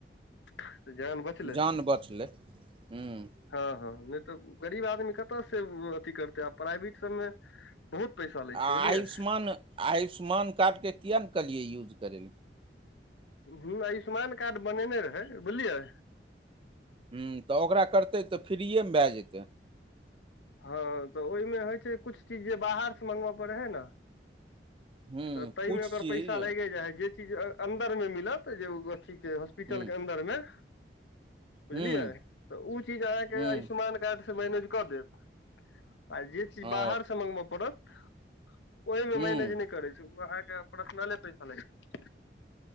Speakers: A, on the left; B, on the right.
A: तऽ जान बचलै
B: जान बचलै हूँ
A: हँ हँ नहि तऽ गरीब आदमी कतयसँ ऊ अथी करतै। आ प्राइवेट सभमे बहुत पैसा लै छै,
B: आ
A: बुझलियै
B: आयुष्मान आयुष्मान कार्डके किए नहि कहलिए यूज करै लए?
A: ह्मँ। आयुष्मान कार्ड बनेने रहै, बुलियै
B: हूँ तऽ ओकरा करतै तऽ फ्रीएमे भए जेतै
A: हँ तऽ ओहिमे होइ छै, कुछ चीज जे बाहर से मगबय पड़ै हय न
B: हूँ
A: तऽ
B: किछु
A: ताहिमे ओकर
B: चीज
A: पैसा लागि जाइ हइ जे इ ज अन्दर मे मिलत, जे अथी के हॉस्पिटल
B: हूँ
A: के अन्दर मे बुझलियै।
B: हूँ
A: तऽ उ चीज अहाँके
B: हूँ
A: आयुष्मान कार्डसँ मैनेज कऽ देत आ जे चीज
B: ओ
A: बाहरसँ मंगबय पड़त ओहिमे
B: हूँ
A: मैनेज नहि करै छै। ओ अहाँके पर्सनले पैसा लागि जाय